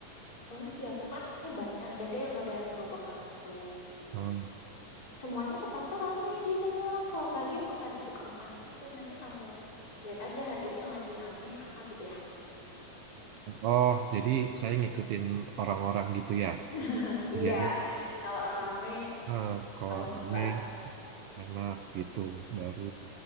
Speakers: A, on the left; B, on the right.
A: apalagi ya pokoknya banyak dan dia yang modelan gerobakan gitu.
B: Hmm.
A: Semuanya rata-rata rame sih, karena orang kalau pagi emang pada suka makan di situ. Nanti kamu lihat aja hari itu yang lagi rame apa gitu ya.
B: Oh, jadi saya ngikutin orang-orang gitu ya.
A: <laughs> Iya,
B: Jadi
A: kalau rame
B: eh, kalau
A: kamu
B: rame
A: coba.
B: enak gitu, baru